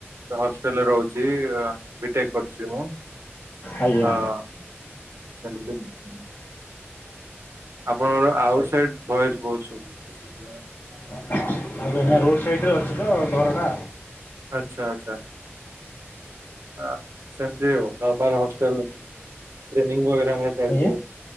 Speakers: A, on the right; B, on the left.
A: ତ ହଷ୍ଟେଲରେ ରହୁଛି ବି ଟେକ୍ କରୁଛି ମୁଁ। ହଁ
B: ଆଜ୍ଞା
A: <unintelligible> ଆପଣଙ୍କର
B: ଆଚ୍ଛା
A: ଆଉଟ୍ ସାଇଡ୍ ଭଏସ ବହୁତ୍ <unintelligible>
B: ଆଜ୍ଞା-ଆଜ୍ଞା ରୋଡ୍ ସାଇଡ୍ ରେ ଅଛି ତ ଘର ଟା।
A: ଆଚ୍ଛା-ଆଚ୍ଛା। ଅ ସେମ୍ତି ଆଉ ନର୍ମାଲ୍ ହସ୍ପିଟାଲ ଟ୍ରେନିଂ ବଗେରା ଆମର ଚାଲିଛି।
B: ଆଜ୍ଞା